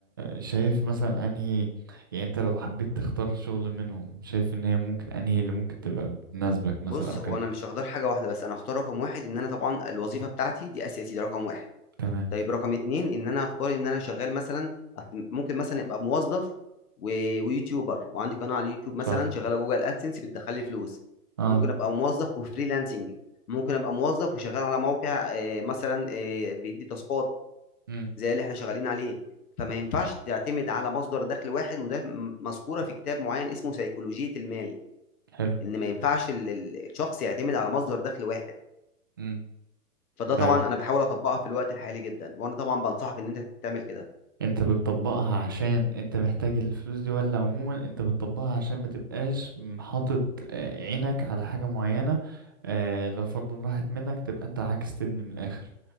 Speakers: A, on the right; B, on the left.
A: شايف مثلا انهي يعني انت لو حبيت تختار شغل منهم شايف ان هي ممكن انهي اللي ممكن تبقى بتناسبك
B: بص
A: مثلا او
B: هو
A: كده
B: انا مش هختار حاجه واحده بس انا هختار رقم واحد ان انا طبعا الوظيفه بتاعتي دي اساسي ده رقم واحد
A: تمام
B: طيب رقم اتنين ان انا هختار ان انا شغال مثلا أت- ممكن مثلا ابقى موظف و... ويوتيوبر وعندي قناه على اليوتيوب مثلا
A: صح
B: شغاله جوجل ادسنس بتدخل لي فلوس
A: اه
B: ممكن ابقى موظف وفريلانسنج ممكن ابقى موظف وشغال على موقع آه، مثلا آه، بيدي تاسكات
A: امم
B: زي اللي احنا شغالين عليه فما ينفعش تعتمد على مصدر دخل واحد وده م- مذكوره في كتاب معين اسمه سيكولوجيه المال
A: حلو
B: ان ما ينفعش ال- ال- الشخص يعتمد على مصدر دخل واحد
A: مم.
B: فده طبعا
A: ده
B: انا بحاول اطبقها في الوقت الحالي جدا وانا طبعا بنصحك ان انت تعمل كده
A: انت بتطبقها عشان انت محتاج الفلوس دي ولا عموما انت بتطبقها عشان ما تبقاش م- حاطط آه، عينك على حاجة معينة آه، لو فرضا راحت منك تبقى انت عاكس تبني من الاخر